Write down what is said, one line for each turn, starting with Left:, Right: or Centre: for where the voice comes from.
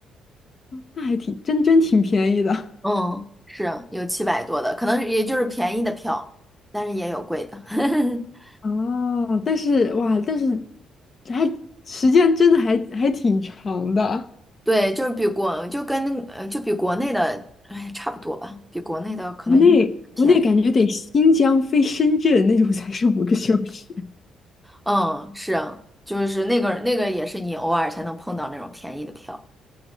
Left: 那还挺真真挺便宜的。
Centre: 嗯，是有七百多的，可能也就是便宜的票，但是也有贵的，<laughs>
Left: 哦，但是哇，但是还时间真的还还挺长的，
Centre: 对，就是比国就跟呃就比国内的哎差不多吧，比国内的可能
Left: 国内国内感觉得新疆飞深圳那种才是五个小时。
Centre: 便宜。
Left: <laughs>
Centre: 嗯，是啊，就是那个那个也是你偶尔才能碰到那种便宜的票。